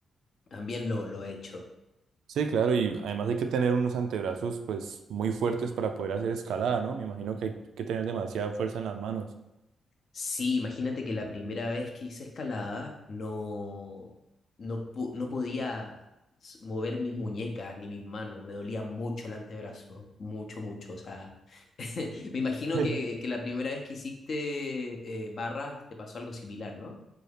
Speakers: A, on the left; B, on the right.
A: también lo, lo he hecho.
B: Sí, claro, y además hay que tener unos antebrazos pues muy fuertes para poder hacer escalada, ¿no? Me imagino que hay que tener demasiada fuerza en las manos.
A: Sí, imagínate que la primera vez que hice escalada no, no, po- no podía s- mover mis muñecas ni mis manos, me dolía mucho el antebrazo, mucho, mucho. O sea, <laughs> me imagino
B: <laughs>
A: que, que la primera vez que hiciste eh, barras te pasó algo similar, ¿no?